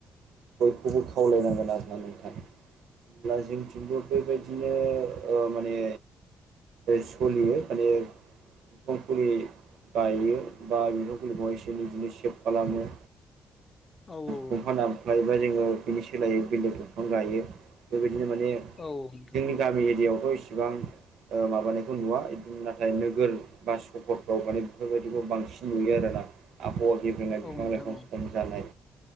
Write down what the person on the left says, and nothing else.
औ
औ
औ नोंथां
औ
औ नोंथां
औ